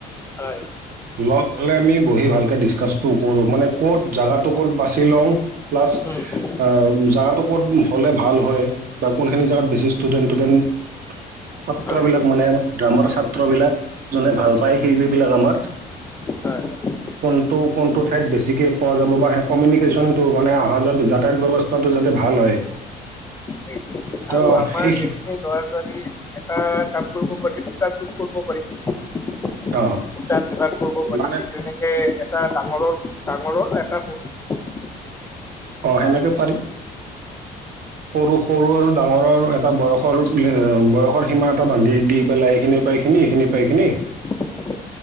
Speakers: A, on the left; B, on the right.
A: হয়।
B: লগ হ'লে আমি বহি ভালকে ডিচকাচটো কৰো মানে ক'ত জাগাটো ক'ত বাছি লওঁ প্লাচ
A: উম উম
B: অ' জাগাটো ক'ত হ'লে ভাল হয় বা কোনখিনি জেগাত বেছি ষ্টুডেণ্ট ডেণ্ট ছাত্ৰবিলাক
A: হয়
B: মানে আমাৰ ছাত্ৰবিলাক যোনে ভাল পায় শিল্পী বিলাক আমাৰ
A: হয়। হয়।
B: কোনটো-কোনটো ঠাইত বেছিকে পোৱা যাব বা সেই কমিউনিকেশ্যনটো মানে অহা যোৱা যাতায়ত ব্যৱস্থা টো যাতে ভাল হয়।
A: সেই
B: তো
A: আৰু আমাৰ
B: সেই
A: যখিনি ল'ৰা এটা কাম কৰিব পাৰি, দুটা গ্ৰুপ কৰিব পাৰি। গটা
B: অ
A: বিভাগ কৰিব পাৰি
B: মানে
A: যেনেকে এটা ডাঙৰৰ ডাঙৰৰ এটা। <unintelligible>
B: অ' সেনেকে পাৰিম। সৰু সৰু আৰু ডাঙৰ আৰু এটা বয়সৰ বয়সৰ সীমা এটা বান্ধি দি পেলাই এইখিনি পাই খিনি এইখিনি পাই খিনি।
A: অ <inaudible>